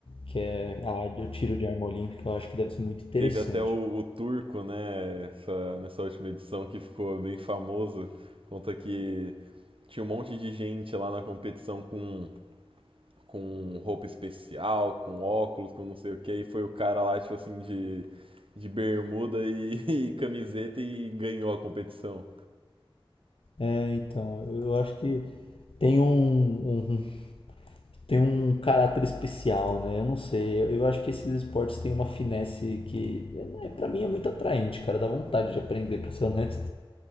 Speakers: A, on the left; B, on the right.
A: que é a, o tiro de arma olímpica, eu acho que deve ser muito interessante.
B: Teve até o, o Turco, né, essa- nessa última edição que ficou bem famoso, conta que tinha um monte de gente lá na competição com, com roupa especial, com óculos, com não sei o que, e foi o cara lá, tipo assim, de, de bermuda e, <laughs> e camiseta e ganhou a competição.
A: É, então, eu acho que tem um, um- um, tem um caráter especial, né? Eu não sei, eu, eu acho que esses esportes têm uma finesse que, é, para mim, é muito atraente, cara, dá vontade de aprender, pra ser honesto.